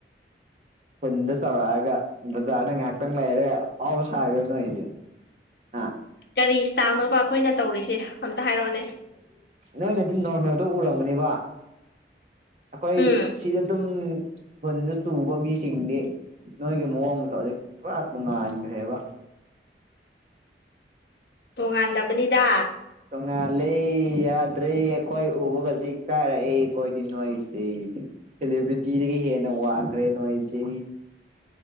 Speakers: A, on the left; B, on the right.
A: ꯎ
B: ꯍꯟ ꯁꯋꯥꯒ ꯥꯗ ꯉꯥꯏꯍꯥꯛꯇꯪ ꯂꯩꯔꯦ ꯑꯥꯎ ꯁꯥꯔꯅꯨ ꯑꯩꯁꯦ ꯑ
A: ꯀꯔꯤ ꯏꯁꯇꯥꯏꯜꯅꯣꯕ ꯑꯩꯈꯣꯏꯅ ꯇꯧꯔꯤꯁꯦ ꯑꯝꯇ ꯍꯥꯏꯔꯛꯑꯣꯅꯦ
B: ꯅꯣꯏꯅ ꯑꯗꯨꯝ ꯅꯣꯔꯃꯦꯜꯗꯣ ꯎꯔꯝꯒꯅꯦꯕ ꯑꯩꯈꯣꯏ
A: ꯎꯝ
B: ꯁꯤꯗ ꯑꯗꯨꯝ ꯈꯨꯟꯗ ꯆꯨꯕ ꯃꯤꯁꯤꯡꯗꯤ ꯅꯣꯏꯒꯤ ꯃꯑꯣꯡ ꯃꯇꯧꯖꯤꯛ ꯄꯨꯔꯥ ꯇꯣꯉꯥꯟꯈ꯭ꯔꯦꯕ
A: ꯇꯣꯉꯥꯟꯗꯕꯅꯤꯗ
B: ꯇꯣꯉꯥꯂꯦ ꯌꯥꯗ꯭ꯔꯦ ꯑꯩꯈꯣꯏ ꯎꯕꯒꯁꯤ ꯀꯥꯏꯔꯛꯑꯦ ꯑꯩꯈꯣꯏꯗꯤ ꯅꯣꯏꯁꯤꯦ ꯁꯦꯂꯦꯕ꯭ꯔꯤꯇꯤꯗꯒꯤ ꯍꯦꯟꯅ ꯋꯥꯡꯈ꯭ꯔꯦ ꯅꯣꯏꯁꯦ